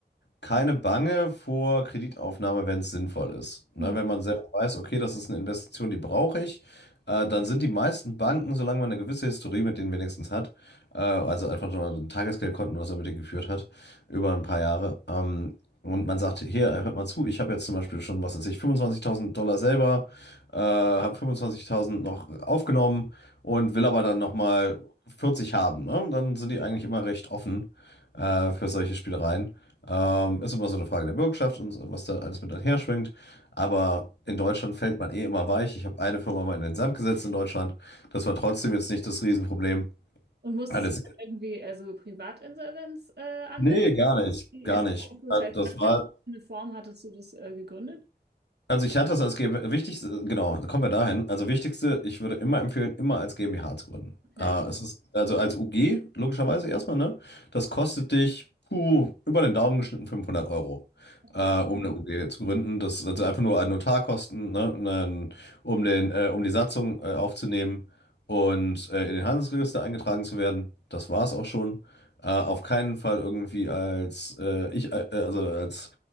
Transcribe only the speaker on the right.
Hm.
Und musstest
du irgendwie also Privatinsolvenz äh, anmelden?
Wie-
Also,
hast du das
als,
als
eine Form hattest du das äh, gegründet?
Okay,
okay,